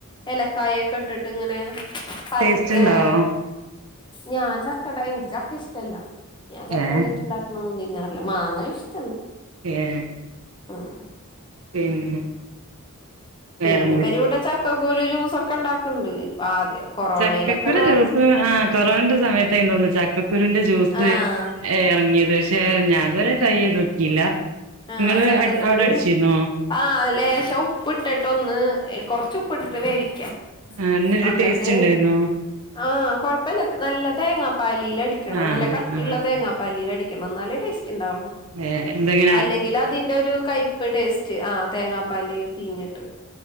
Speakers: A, on the left; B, on the right.
A: എലക്കായയൊക്കെ ഇട്ടിട്ട്ങ്ങനെ. പരത്ത്
B: ടേസ്റ്റ് ഇണ്ടാവോ
A: ഏ ഞാൻ ചക്കട ഇൻക്ക് ചക്കഷ്ടല്ല. ഞാൻ ചക്ക
B: ഏ
A: <unintelligible> റ്റ് ണ്ടാക്ക്ണൊന്നും തിന്നാറില്ല. മാങ്ങ ഇഷ്ടാന്ന്.
B: ഏഹ്.
A: ഉം.
B: പിന്നെ. വേറെന്ത്
A: പിന്നെ ഇവരിവിട ചക്കക്കുരു ജ്യൂസൊക്കെ ഉണ്ടാക്കണ്ട് ഇപ്പ ആദ്യം കൊറോണയിലൊക്കെയാണ്
B: ചക്കക്കുരു
A: അതൊക്കെ
B: ജ്യൂസ് ആ കൊറോണെന്റെ സമയത്തായിനു തോന്നുന്നു ചക്കക്കുരുന്റെ ജ്യൂസ്
A: ആഹ്
B: എറങ്ങിയത് ക്ഷേ ഞാനിതുവരെ ട്രൈ ചെയ്ത് നോക്കിയില്ല,
A: ആഹ്
B: നിങ്ങള്
A: ചക്കക്കുരു
B: അവിടെ അടിച്ചിരുന്നോ?
A: ആഹ് ലേശം ഉപ്പിട്ടിട്ടൊന്ന് കൊറച്ച് ഉപ്പ് ഇട്ടിട്ട് വേവിക്ക.
B: ആ എ എന്നിട്ട്
A: അന്നിട്ട്
B: ടേസ്റ്റ് ഉണ്ടായിരുന്നോ?
A: ആഹ് കൊഴപ്പില്ല നല്ല തേങ്ങാപ്പാലിൽ അടിക്കണം,
B: ആഹ്
A: നല്ല കട്ടിയുള്ള തേങ്ങാ പാലിൽ അടിക്കണം എന്നാലേ ടേസ്റ്റ് ഉണ്ടാവുള്ളൂ
B: വേറെ എന്തെക്കെ
A: അല്ലെങ്കിൽ അതിന്റെ ഒരു കൈപ്പ് ടേസ്റ്റ് ആ തേങ്ങാപ്പാല് പീഞ്ഞിട്ട്.